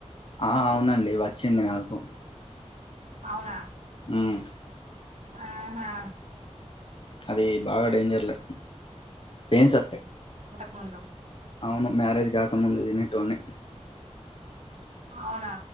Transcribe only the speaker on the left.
ఆ అవునండి వచ్చింది నాకు
ఉ
అది బాగా డేంజర్ లే పెయిన్స్ వత్తయ్
అవును మ్యారేజ్ కాకముందు తినేటోన్ని